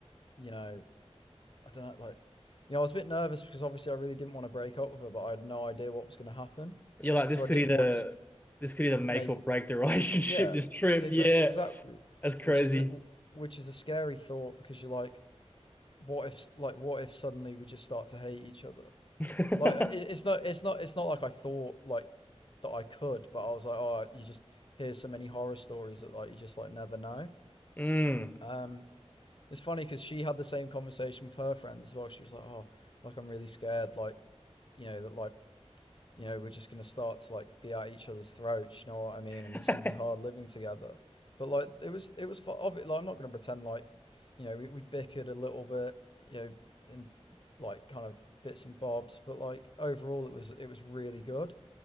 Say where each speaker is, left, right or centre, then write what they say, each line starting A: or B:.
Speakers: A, on the left; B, on the left.
A: you know i don't know like you know i was a bit nervous because obviously i really didn't want to break up with her but i had no idea what was going to happen
B: you're like,
A: so
B: this could
A: i didn't
B: either
A: want to
B: this could either make
A: make
B: or break the <laughs> relationship,
A: yeah
B: this trip.
A: exa-
B: Yeah.
A: exactly
B: That's crazy.
A: which is a, which is a scary thought because you're like what if like what if suddenly we just start to hate each other?
B: <laughs>
A: Like it, it's not it's not it's not like I thought like that I could, but I was like, oh, you just hear so many horror stories that like you just like never know.
B: Mm.
A: Um, it's funny because she had the same conversation with her friends as well. She was like, oh, like I'm really scared, like you know that like you know, we're just going to start to like be at each other's throats. You know what I mean?
B: <laughs>
A: And it's going to be hard living together. But like, it was, it was, fu- like, I'm not going to pretend like, you know, we, we bickered a little bit, you know, in like kind of bits and bobs, but like overall, it was, it was really good.